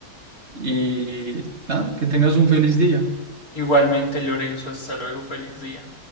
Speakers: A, on the right (about 45°); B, on the left (about 65°).
A: y nada, que tengas un feliz día.
B: Igualmente, Lorenzo, hasta luego, feliz día.